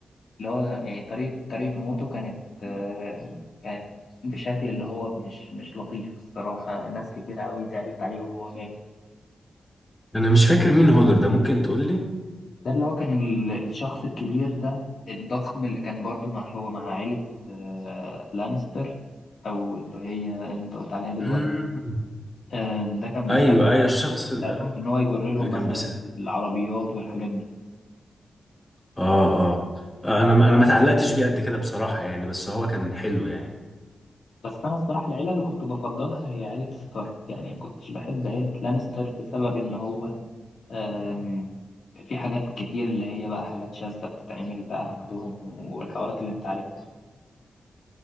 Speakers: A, on the left; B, on the left.
A: اللي هو يعني طريقة طريقة موته كانت آه، كانت بشكل اللي هو مش مش لطيف الصراحة ناس كتير أوي زعلت عليه وهو مات
B: انا مش فاكر مين هودر ده ممكن تقول لي
A: ده اللي هو كان ال- الشخص الكبير ده الضخم اللي كان برضو مع هو مع عائلة آه، لانستر أو اللي هي أنت قلت عليها دلوقتي
B: مم.
A: آم، ده كان بيساعد
B: ايوه ايوه الشخص
A: بيساعدهم
B: ده
A: في إن هو يجر لهم
B: اللي كان
A: مثلا
B: بيسأل
A: العربيات والحاجات دي
B: اه اه آه، انا ما- انا ما تعلقتش بيه قد كده بصراحة يعني بس هو كان حلو يعني
A: بس أنا الصراحة العيلة اللي كنت بفضلها هي عيلة ستارك يعني ما كنتش بحب عيلة لانستر بسبب إن هو آم، في حاجات كتير اللي هي بقى حاجات شاذة بتتعمل بقى عندهم والحوارات اللي أنت عارفها